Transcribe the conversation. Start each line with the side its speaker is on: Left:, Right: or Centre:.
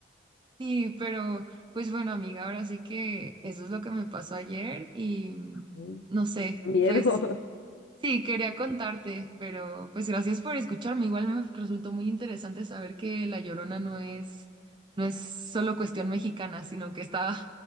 Right: Sí, pero pues bueno, amiga, ahora sí que eso es lo que me pasó ayer y mm,
Left: Ujú,
Right: no sé,
Left: Qué Miedo.
Right: pues
Left: <laughs>
Right: Sí, quería contarte, pero pues gracias por escucharme. Igual me resultó muy interesante saber que La Llorona no es, no es solo cuestión mexicana, sino que está